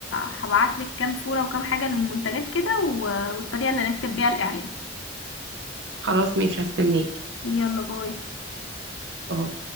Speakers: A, on the left; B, on the right.
A: هبعتلك كام صورة وكام حاجة للمنتجات كده و... والطريقة اللي هنكتب بيها الاعلان
B: خلاص ماشي هستناك
A: يلا باي
B: اه